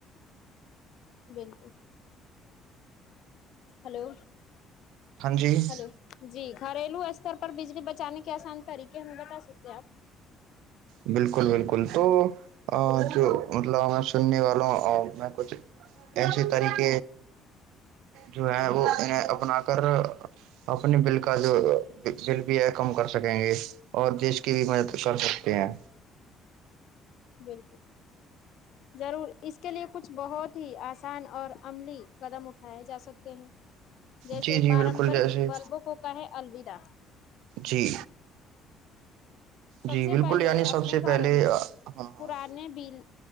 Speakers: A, on the left; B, on the right.
A: بالکل ہلو
B: ہاں جی
A: ہلو جی گھریلو استر پر بجلی بچانے کے آسان طریقے ہم بتا سکتے ہیں آپ
B: بالکل بالکل تو جو مطلب میں سننے والا ہوں اور میں کچھ ایسیے طریق جو ہے وہ انہیں اپنا کر اپنے بل کا جو جل بھی ہے کم کر سکیں گے اور دیش کی بھی کر سکتے ہیں
A: بالکل ضرور اس کے لیے کچھ بہت ہی آسان اور عملی قدم اٹھائے جا سکتے ہیں جیسے
B: جی جی
A: پارمپرک
B: بالکل جیسے
A: بلبوں کو کہے الوودا
B: جی
A: سب
B: جی
A: سے
B: بالکل
A: پہلے
B: یعنی سب
A: اپنے
B: سے
A: گھروں
B: پہلے
A: میں
B: ہاں ہاں
A: پرانے بل